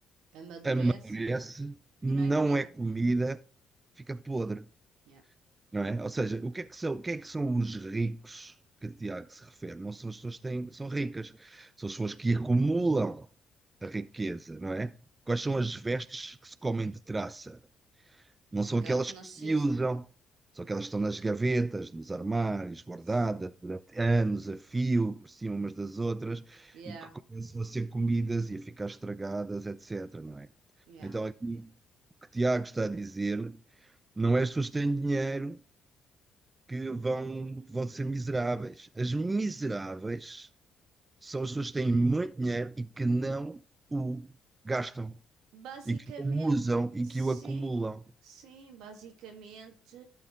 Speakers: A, on the right; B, on the right.
A: Amadurece
B: amadurece, não
A: e não é comida.
B: é comida, fica podre,
A: Yeah.
B: não é? Ou seja, o que é que são, o que é que são os ricos que Tiago se refere? Não são as pessoas que têm, são ricas, são as pessoas que acumulam a riqueza, não é? Quais são as vestes que se comem de traça? Não são
A: São aquelas
B: aquelas
A: que não
B: que
A: se
B: se
A: usam.
B: usam, são aquelas que estão nas gavetas, nos armários, guardadas
A: Sim.
B: durante anos a fio, por cima umas das outras,
A: Yeah.
B: e que começam a ser comidas e a ficar estragadas, etc. Não é?
A: Yeah.
B: Então, aqui o que Tiago está a dizer não é as pessoas que têm dinheiro que vão, vão ser miseráveis. As miseráveis são as pessoas que têm muito dinheiro e que não o gastam,
A: Basicamente,
B: e que o usam e
A: sim.
B: que o acumulam.
A: Sim, basicamente